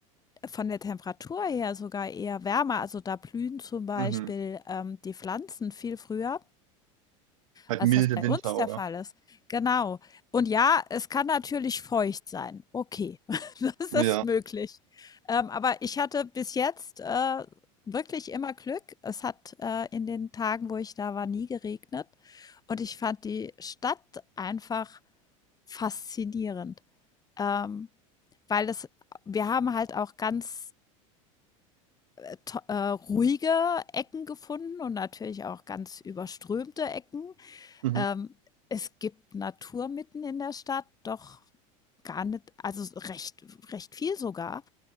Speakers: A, on the left; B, on the right.
A: von der Temperatur her sogar eher wärmer. Also da blühen zum Beispiel
B: mhm.
A: ähm, die Pflanzen viel früher.
B: Halt
A: Als
B: milde
A: das bei
B: Winter,
A: uns der
B: oder?
A: Fall ist. Genau. Und ja, es kann natürlich feucht sein. Okay, <laughs> das
B: Ja,
A: ist möglich. Ähm, aber ich hatte bis jetzt, äh, wirklich immer Glück. Es hat, äh, in den Tagen, wo ich da war, nie geregnet und ich fand die Stadt einfach faszinierend, ähm, weil es wir haben halt auch ganz, äh, to äh, ruhige Ecken gefunden und natürlich auch ganz überströmte Ecken,
B: mhm.
A: ähm, es gibt Natur mitten in der Stadt, doch gar nicht also recht recht viel sogar,